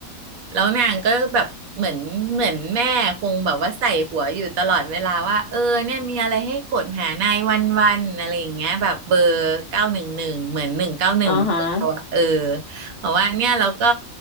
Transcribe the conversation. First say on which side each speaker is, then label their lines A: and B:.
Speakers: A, on the right; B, on the left.
A: แล้วนางก็แบบเหมือนเหมือนแม่คงแบบว่าใส่หัวอยู่ตลอดเวลาว่าเออเนี่ยมีอะไรให้กดหานายวันวันอะไรอย่างเงี้ยแบบเบอร์เก้าหนึ่งหนึ่งเหมือนหนึ่งเก้าหนึ่ง
B: อ่าฮะ
A: เออบอกว่าเนี่ยเราก็